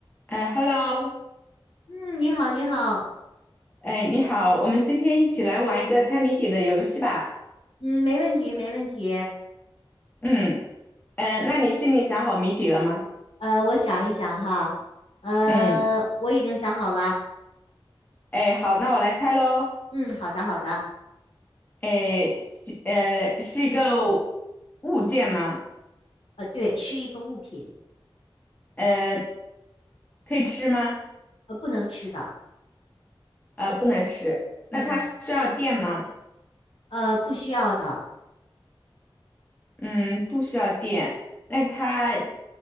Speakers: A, on the left; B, on the left.
A: 哎，Hello，
B: 嗯，你好，你好，
A: 哎，你好，我们今天一起来玩一个猜谜底的游戏吧。
B: 嗯，没问题，没问题。
A: 嗯，嗯，那你心里想好谜底了吗？
B: 呃，我想一想哈，呃，
A: 嗯，
B: 我已经想好了。
A: 哎，好，那我来猜喽。
B: 嗯，好的，好的。
A: 哎，是呃，是一个物件吗？
B: 呃，对，是一个物品，
A: 呃，可以吃吗？
B: 呃，不能吃的。
A: 呃，不能吃。那它需要电吗？
B: 嗯嗯，呃，不需要的。
A: 嗯，不需要电。那它